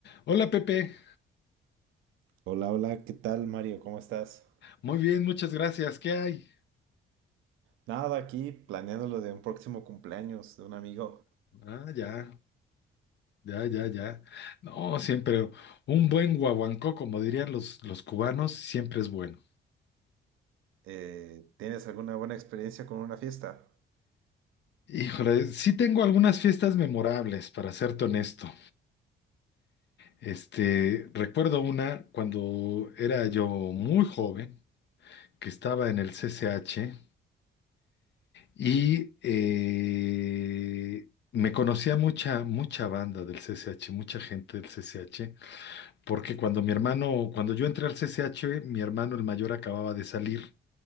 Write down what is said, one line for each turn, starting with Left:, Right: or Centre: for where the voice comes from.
Left: Hola Pepe,
Right: Hola, hola, ¿qué tal, Mario? ¿Cómo estás?
Left: muy bien, muchas gracias. ¿Qué hay?
Right: Nada, aquí planeando lo de un próximo cumpleaños de un amigo.
Left: Ah, ya, ya, ya, ya. No, siempre un buen guaguancó, como dirían los, los cubanos, siempre es bueno.
Right: Eh, ¿tienes alguna buena experiencia con una fiesta?
Left: Híjole, sí tengo algunas fiestas memorables, para serte honesto. Este, recuerdo una cuando era yo muy joven, que estaba en el CCH y eh, me conocía mucha, mucha banda del CCH, mucha gente del CCH. Porque cuando mi hermano, cuando yo entré al CCH, mi hermano el mayor acababa de salir